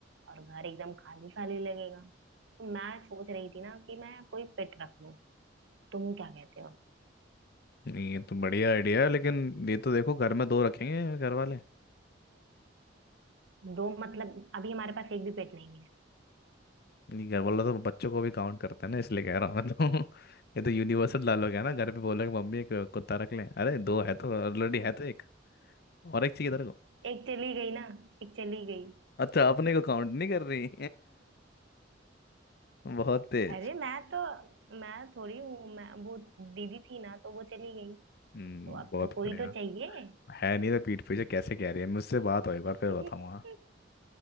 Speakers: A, on the right (about 70°); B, on the left (about 55°).
A: और घर एकदम खाली खाली लगेगा तो मैं सोच रही थी ना कि मैं कोई पेट रख लूं तुम क्या कहते हो
B: नहीं, ये तो बढ़िया आइडिया है लेकिन ये तो देखो घर में दो रखेंगे घर वाले
A: दो मतलब अभी हमारे पास एक भी पेट नहीं है
B: नहीं घर वाले तो बच्चों को भी काउंट करते हैं ना इसलिए कह रहा हूँ मैं तो <laughs> ये तो यूनिवर्सल
A: <laughs>
B: डालोग है ना घर पे बोला कि मम्मी एक कुत्ता रख लें अरे दो है तो ऑलरेडी है तो एक और एक चाहिए तेरे को
A: एक चली गई ना एक चली गई
B: अच्छा अपने को काउंट नहीं कर रही <laughs> बहुत तेज
A: अरे मैं तो मैं थोड़ी हूँ मैं वो दीदी थी ना तो वो चली गई
B: हम्म
A: तो अब
B: बहुत
A: तो कोई
B: बढ़िया
A: तो चाहिए
B: है नहीं तो पीठ पीछे कैसे कह रही है मुझसे बात हो एक बार फिर
A: <laughs>
B: बताऊंगा